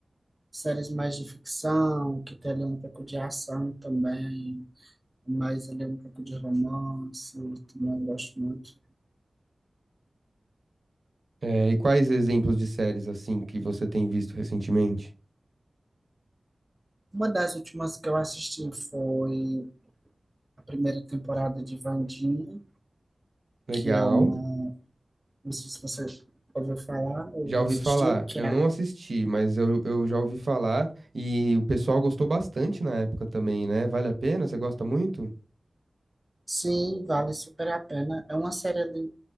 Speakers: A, on the right; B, on the right.
A: séries mais de ficção, que tem ali um pouco de ação também, mais ali um pouco de romance, também gosto muito.
B: Eh, e quais exemplos de séries assim que você tem visto recentemente?
A: Uma das últimas que eu assisti foi a primeira temporada de Vandinha,
B: Legal.
A: que é uma. Não sei se você ouviu falar ou
B: Já ouvi
A: assistiu,
B: falar,
A: que
B: eu
A: é.
B: não assisti, mas eu, eu já ouvi falar e o pessoal gostou bastante na época também, né? Vale a pena? Você gosta muito?
A: Sim, vale super a pena. É uma série ali,